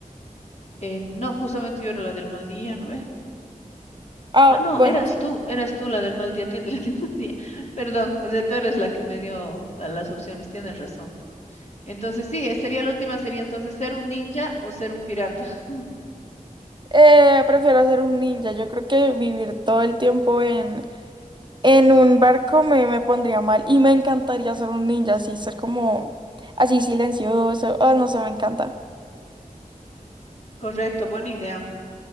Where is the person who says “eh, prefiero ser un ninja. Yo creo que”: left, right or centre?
Right